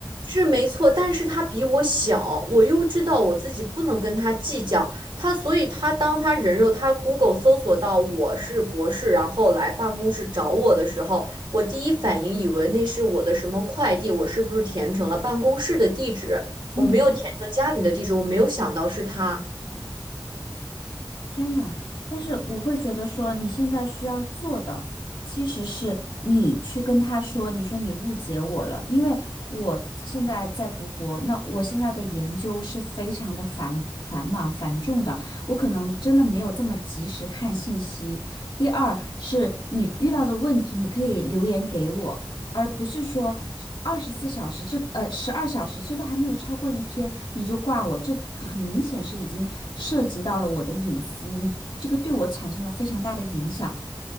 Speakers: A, on the right; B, on the left.
A: 是没错，但是他比我小，我又知道我自己不能跟他计较，他所以他当他人肉他 Google 搜索到我是博士，然后来办公室找我的时候，我第一反应以为那是我的什么快递，我是不是填成了办公室的地址？
B: 嗯。
A: 我没有填成家里的地址，我没有想到是他。
B: 天呐，但是我会觉得说，你现在需要做的其实是你去跟他说，你说你误解我了，因为我现在在读博，那我现在的研究是非常的繁繁忙繁重的，我可能真的没有这么及时看信息。第二是你遇到的问题，你可以留言给我，而不是说二十四小时这呃十二小时这都还没有超过一天你就挂我，这很明显是已经涉及到了我的隐私，你这个对我产生了非常大的影响。